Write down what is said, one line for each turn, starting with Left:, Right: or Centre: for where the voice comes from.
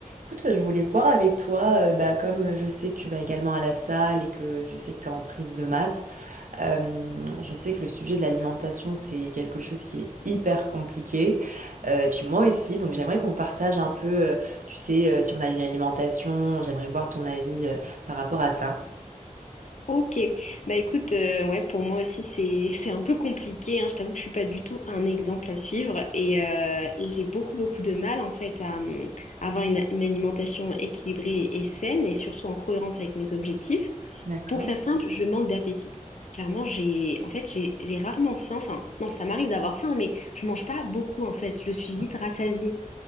Right: Écoute, je voulais voir avec toi, euh, bah, comme euh, je sais que tu vas également à la salle et que je sais que tu es en prise de masse, euh, je sais que le sujet de l'alimentation, c'est quelque chose qui est hyper compliqué. Euh, et puis moi aussi, donc j'aimerais qu'on partage un peu, euh, tu sais, euh, si on a une alimentation, j'aimerais voir ton avis, euh, par rapport à ça.
Left: Ok, bah écoute, euh, ouais, pour moi aussi c'est <laughs> c'est un peu compliqué, hein. Je t'avoue que je suis pas du tout un exemple à suivre et, euh, et j'ai beaucoup beaucoup de mal en fait à, hum, avoir une, une alimentation équilibrée et saine et surtout en cohérence avec mes objectifs.
Right: D'accord.
Left: Pour faire simple, je manque d'appétit. Clairement, j'ai en fait j'ai j'ai rarement faim. Enfin, non, ça m'arrive d'avoir faim, mais je mange pas beaucoup en fait. Je suis vite
Right: Ok.
Left: rassasiée.